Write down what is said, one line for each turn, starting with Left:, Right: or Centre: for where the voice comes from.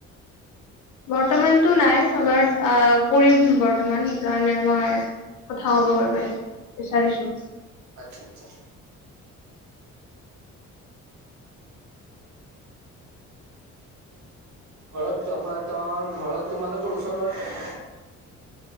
Left: বৰ্তমানতো নাই, বাট আ, কৰিম বৰ্তমান। কাৰণে মই কথা ক'ব বাবে বিচাৰিছোঁ।
Right: আচ্ছা, আচ্ছা। ঘৰত আপোনাৰ ত, ঘৰত তোমালোকৰ ওচৰত